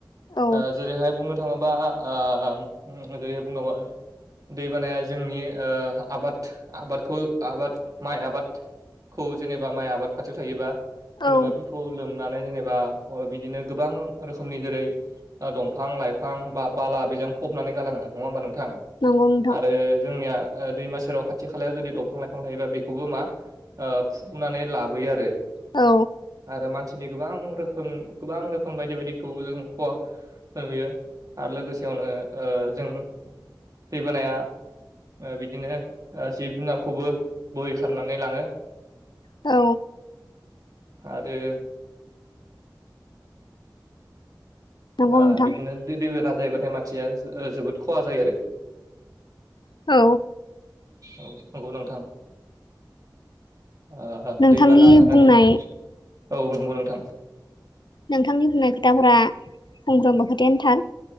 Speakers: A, on the left; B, on the right.
A: औ
B: ओ जेरैहाय बुंनो थाङोबा आ जेरैहाय बुंना दैबानाया जोंनि ओ आबाद आबादखौ आबाद माइ आबाद खौ जेनेबा माइ आबाद खाथियाव थायोबा जेनेबा
A: औ
B: खौ लोमनानै जेनेबा बिदिनो गोबां रोखोमनि जेरै दंफां लाइफां बा बाला बेजों फबनानै गालाङो नङा होमबा नोंथां
A: नंगौ नोंथां
B: आरो जोंनिया दैमा सेराव खाथि खालायाव जुदि दंफां लाइफां थायोबा बेखौबो मा ओ फुुखनानै लाबोयो आरो
A: औ
B: आरो मानसिनि गोबां रोखोम गोबां रोखोम बायदि बायदिखौ जों खहा होयो आरो लोगोसेयावनो ओ जों दैबानाया ओ बिदिनो जिब जुनारखौबो बोहैखारनानै लाङो
A: औ
B: आरो
A: नंगौ
B: आ
A: नोंथां
B: बिदिनो दै दैबाना जायोबाथाय मानसिया जोबोद खहा जायो आरो
A: औ
B: औ नंगौ नोंथां ओ
A: नोंथांनि
B: दैबाना होनानै
A: बुंनाय
B: औ नंगौ नोंथां
A: नोंथांनि बुंनाय खोथाफोरा फंफ्रोमबो खोथायानोथार